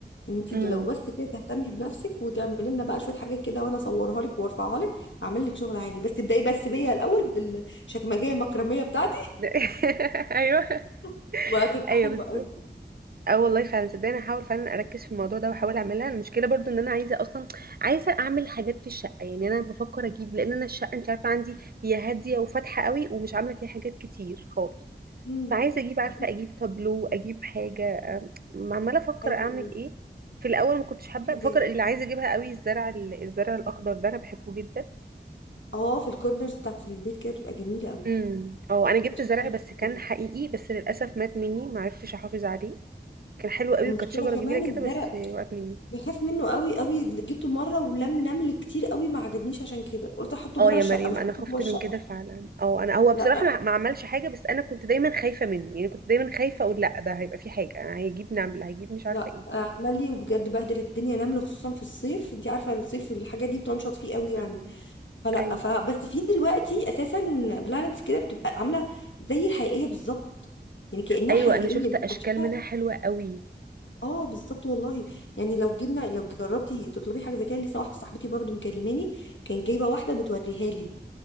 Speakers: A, on the left; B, on the right.
A: انتي
B: امم
A: لو بس كده تهتمي بنفسك وتعملي لنا بقى شويه حاجات كده وانا اصورها لك وارفعها لك اعمل لك شغل عالي بس ابدأي بس بيا الاول بالشكمجيه المكرميه بتاعتي
B: <laughs> أيوة
A: <laughs> وهتبقى
B: أيوة
A: حلوه
B: بالظبط
A: قوي
B: اه والله فعلا صدقني هحاول فعلا اركز في الموضوع ده واحاول اعملها المشكله برضو ان انا عايزه اصلا عايزه اعمل حاجات في الشقه يعني انا بفكر اجيب لان انا الشقه انت عارفه عندي هي هاديه وفاتحه قوي ومش عامله فيها حاجات كتير خالص
A: امم
B: فعايزه اجيب عارفه
A: عارفة،
B: اجيب تابلو اجيب حاجه أم، عماله افكر
A: ايوه
B: اعمل
A: ايوه
B: ايه في الاول ما كنتش حابه
A: في حاجات
B: بفكر اللي عايزه اجيبها قوي الزرع ال- الزرع الاخضر ده انا بحبه جدا
A: اه في الكورنرز بتاعت البيت كده بتبقى جميله قوي
B: امم اه انا جبت
A: شكلها
B: زرع بس كان
A: حلو.
B: حقيقي بس للاسف مات مني ما عرفتش احافظ عليه كان حلو قوي
A: المشكله
B: وكانت شجره
A: كمان
B: كبيره كده
A: الزرق
B: بس وقت مني
A: بخاف منه قوي قوي اللي جبته مره ولم نمل كتير قوي ما عجبنيش عشان كده قلت احطه
B: اه
A: بره
B: يا
A: الشقه
B: مريم
A: مش
B: انا
A: هحطه
B: خفت
A: جوه الشقه
B: من كده فعلا او انا هو
A: لا
B: بصراحه ما ما عملش حاجه بس انا كنت دايما خايفه منه يعني كنت دايما خايفه اقول لا ده هيبقى في حاجه انا هيجيب نمله هيجيب مش عارفه
A: لا
B: ايه
A: عمل لي وبجد بهدل الدنيا نمل خصوصا في الصيف انت عارفه الصيف الحاجات دي بتنشط فيه قوي
B: مم.
A: يعني فلا
B: ايوه
A: ف بس في دلوقتي اساسا بلانتس كده بتبقى عامله زي الحقيقيه بالظبط يعني كانها
B: ايوه
A: حقيقيه
B: انا شفت
A: مش
B: اشكال
A: بتشوفها
B: منها حلوه قوي
A: اه بالظبط والله يعني لو جبنا لو جربتي تطلبي حاجه زي كده لسه واحده صاحبتي برضو مكلماني كان جايبه واحده بتوريها لي